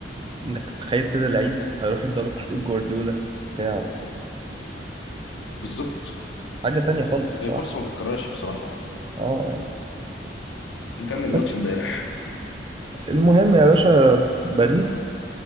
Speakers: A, on the right (about 30°); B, on the left (about 90°).
A: انك تخيل كده لعيب هيروح يتدرب تحت ايد جوارديولا بتاع و-
B: بالظبط
A: حاجة تانية خالص الصراحة
B: هي فرصه ما تتكررش بصراحه يعني
A: اه يعني
B: نكمل ماتش
A: بس
B: امبارح
A: المهم يا باشا ف- باريس